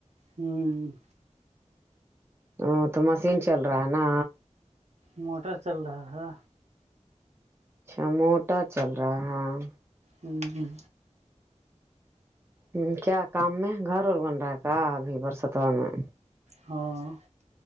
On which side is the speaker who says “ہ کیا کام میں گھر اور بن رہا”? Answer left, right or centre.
Right